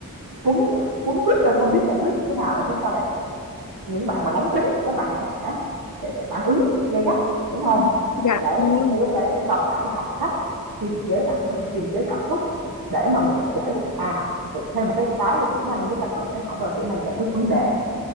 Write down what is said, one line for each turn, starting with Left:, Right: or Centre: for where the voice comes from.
Right: quấn quấn quýt rồi không biết giải quyết như thế nào là chúng ta lại những bạn mà nóng tính thì các bạn sẽ sẽ sẽ phản ứng gay gắt, đúng không?
Left: Ừ, dạ
Right: Thì đấy,
Left: đúng
Right: trong
Left: rồi
Right: cái lúc đấy chúng ta phải học cách kiềm chế bản thân, kiềm chế cảm xúc để mà mình giải à, rồi thêm một cái cái kỹ năng chúng ta cần phải học là kỹ năng giải quyết vấn đề.